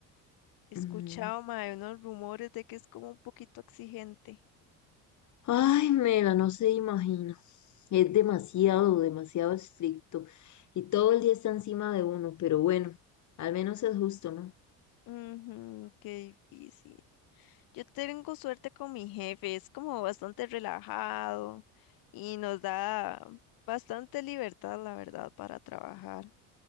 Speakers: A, on the left; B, on the left.
A: He
B: Mm.
A: escuchado, mae, unos rumores de que es como un poquito exigente.
B: Ay, Mela, no se imagina. Es demasiado, demasiado estricto. Y todo el día está encima de uno, pero bueno, al menos es justo, ¿no?
A: Ujú, qué difícil. Yo tengo suerte con mi jefe, es como bastante relajado y nos da bastante libertad, la verdad, para trabajar.